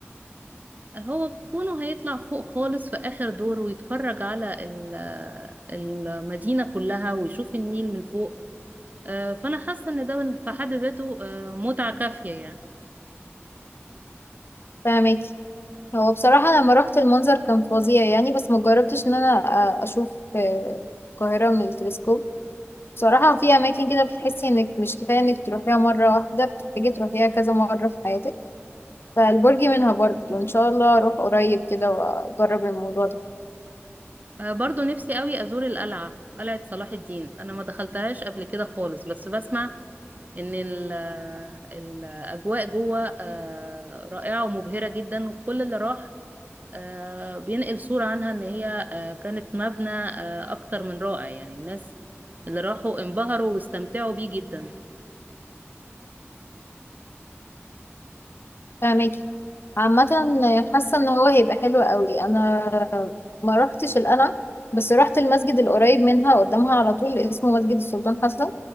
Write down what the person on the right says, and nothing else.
هو كونه هيطلع فوق خالص في آخر دور ويتفرج على ال- آه، المدينة كلها ويشوف النيل من فوق آه، فانا حاسه ان ده في حد ذاته آه، متعه كافيه يعني
آه، برضو نفسي قوي ازور القلعه قلعه صلاح الدين انا ما دخلتهاش قبل كده خالص بس بسمع ان ال- آه، الاجواء جوه آه، رائعه ومبهره جدا وكل اللي راح آه، بينقل صوره عنها ان هي آه، كانت مبنى آه، اكتر من رائع يعني الناس اللي راحوا انبهروا واستمتعوا بيه جدا